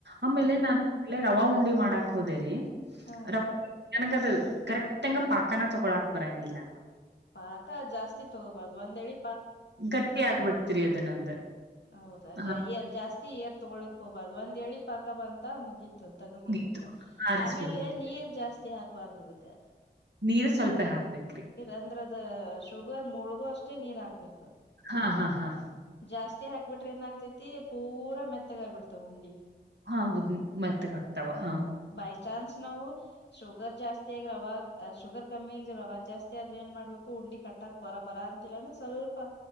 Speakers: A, on the right; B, on the left.
A: ಆಮೇಲೆ
B: ಹ್ಮ್
A: ನಾನು ಇದರ್ಲೆ ರವ ಉಂಡಿ ಮಾಡಾಕ್ ಹೋದೇರಿ
B: ಹಾ
A: ರ ನನ್ಗದು ಕರೆಕ್ಟ್ ಅಂಗ ಪಾಕನ ತಗೊಳಾಕ್ ಬರಂಗಿಲ್ಲ
B: ಪಾಕ ಜಾಸ್ತಿ ತಗೋಬಾರ್ದು ಒಂದಳಿ
A: ಗಟ್ಟಿ ಆಗ್ಬಿಡ್ತರಿ ಅದ ನಂದ
B: ಹೌದಾ
A: ಹ
B: ಏ ಜಾಸ್ತಿ ಏರ್ ತಗೋಳಿಕ್ ಹೋಗಬಾರ್ದು ಒಂದಳಿ ಪಾಕ ಬಂತ ಮುಗ ತಗದ್ ಬಿಡ್ಬೇಕು
A: ಮುಗೀತು ಆರಿಸ್ಬಿಡ್ಬೇಕ
B: ಆಮೇಲೆ ನೀರ್ ಜಾಸ್ತಿ ಹಾಕ್ಬಾರ್ದ ಅದಕ್
A: ನೀರ್ ಸ್ವಲ್ಪ ಹಾಕ್ಬೇಕ್ರಿ
B: ಅಂದ್ರದ ಶುಗರ್ ಮುಳಗು ಅಷ್ಟೇ ನೀರ್ ಹಾಕ್ಬೇಕು
A: ಹಾ ಹಾ ಹಾ
B: ಜಾಸ್ತಿ ಹಾಕ್ಬಿಟ್ರೆ ಏನ್ ಆಕ್ತೇತಿ ಪೂರಾ ಮೆತ್ತಗಾಯಬಿಡ್ತಾವ ಉಂಡಿ
A: ಹಾೌದ ಮತ್ತಗ ಆಗ್ತಾವ
B: ಹಾ
A: ಹ
B: ಬೈ ಚಾನ್ಸ್ ನಾವು ಶುಗರ್ ಜಾಸ್ತಿಿಯಗ ರವ ಶುಗರ್ ಕಮ್ಮಿ ಆಗ ರವ ಜಾಸ್ತಿ ಆದ್ರೆ ಏನ್ ಮಾಡ್ಬೇಕು ಉಂಡಿ ಕಟ್ಟ ಕಟ್ಟಕ್ ಬರ ಬರ ಅಂತಿಲ್ಲ ಅಂದ್ರೆ ಸ್ವಲ್ಪ